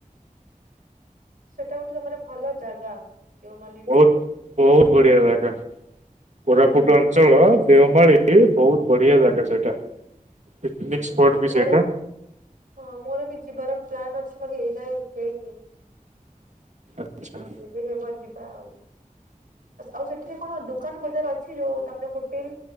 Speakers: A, on the right (about 75°); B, on the right (about 55°).
A: ସେଇଟା ଗୋଟେ ତମର ଭଲ ଜାଗା ଦେଉମାଲି
B: ବହୁତ
A: ଟା।
B: ବହୁତ ବଢିଆ ଜାଗା କୋରାପୁଟ
A: ଉଁ ହୁଁ
B: ଅଞ୍ଚଳ। ଦେଓମାଳି ବହୁତ ବଢିଆ ଜାଗା ସେଇଟା ପିକନିକ
A: ହୁଁ
B: ସ୍ପଟ ବି
A: ମୋର
B: ସେଇଟା।
A: ହଁ ମୋର ବି ଯିବାର ପ୍ଲାନ୍ ଅଛି ବାକି ଏଇଯାଏଁ ହେଇନି।
B: ଆଚ୍ଛା।
A: ଯେବେ ହେବ ଯିବା ଆଉ, ଆଉ ସେଠୀରେ କଣ ଦୋକାନ ବଜାର ଅଛି ଯୋଉ ତମର ହୋଟେଲ